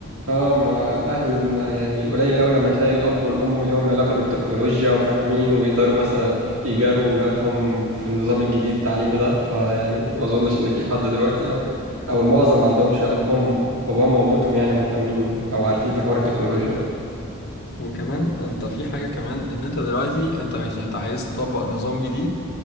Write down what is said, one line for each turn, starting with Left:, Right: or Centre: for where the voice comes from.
Right: اه ما الاهل ما يعني قليل قوي لما تلاقي الاب والام ليهم علاقه بالتكنولوجيا وفاهمين ويقدروا مثلا يجاروا اولادهم في النظام الجديد التعليمي ده فيعني ما اظنش ان في حد دلوقتي او او المعظم ما عندهمش ابهم باباهم وامتهم يعني مهتمين او عارفين في حوار التكنولوجيا ده
Left: وكمان انت في حاجة كمان ان انت دلوقتي انت ماشي انت عايز تطبق نظام جديد